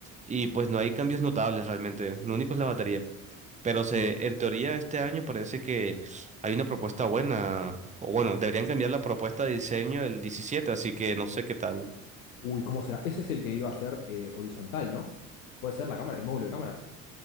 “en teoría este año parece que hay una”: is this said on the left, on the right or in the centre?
Right